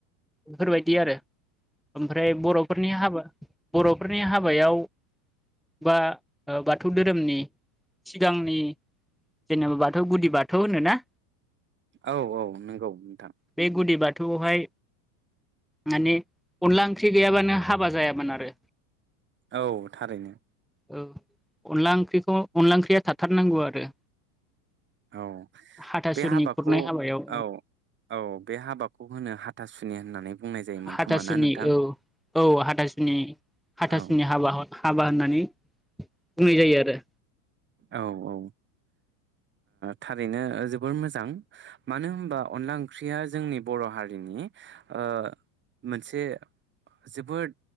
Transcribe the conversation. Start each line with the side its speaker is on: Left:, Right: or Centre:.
Centre: बेफोरबायदि आरो। ओमफ्राय बर'फोरनि हाबा। बर'फोरनि हाबायाव बा बाथौ धोरोमनि सिगांनि जेनेबा बाथौ गुदि बाथौ होनोना?
Right: औ औ नंगौ नोंथां।
Centre: बे गुदि बाथौआवहाय माने अनला ओंख्रि गैयाबानो हाबा जायामोन आरो।
Right: औ थारैनो।
Centre: औ अनला ओंख्रिखौ अनला ओंख्रिया थाथारनांगौ आरो।
Right: औ
Centre: हाथासुनि
Right: बे हाबाखौ
Centre: खुरनाय हाबायाव
Right: औ औ बे हाबाखौ होनो हाथासुनि होननानै बुंनाय जायोमोन
Centre: हाथासुनि
Right: खोमा ना नोंथां
Centre: औ औ हाथासुनि हाथासुनि
Right: औ
Centre: हाबाहर हाबा होनना <unintelligible> बुंङि जायो आरो।
Right: औ औ ओ थारैनो जोबोर मोजां मानो होमबा अनला ओंख्रिया जोंनि बर' हारिनि ओ मोनसे जोबोद